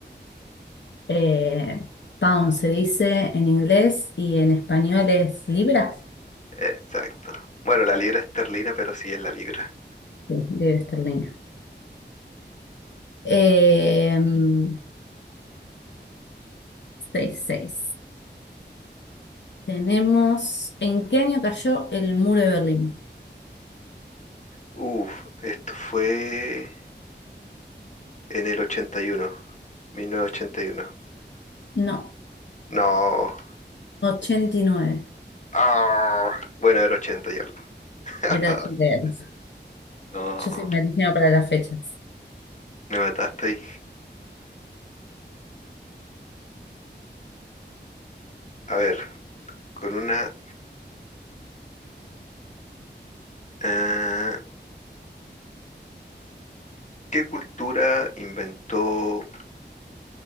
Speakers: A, on the left; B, on the left.
A: Eh, pound se dice en inglés y en español es libra.
B: Exacto. Bueno, la libra esterlina, pero sí es la libra.
A: Sí, libra esterlina. Em, seis 6 Tenemos, ¿en qué año cayó el muro de Berlín?
B: Uf, esto fue en el ochenta ochenta y uno, mil novecientos ochenta y uno.
A: No.
B: No.
A: ochenta y nueve
B: Ah, bueno, era 80 y algo. <laughs>
A: Era 89.
B: No,
A: Yo soy malísima para las fechas.
B: me mataste ahí. A ver, con una... eh, ¿qué cultura inventó